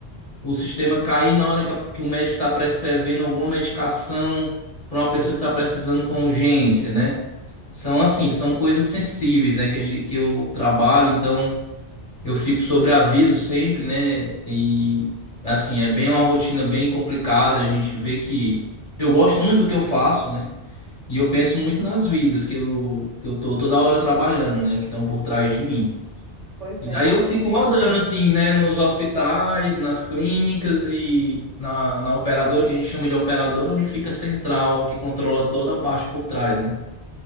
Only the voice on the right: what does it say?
pois
é,
aqui
mesmo.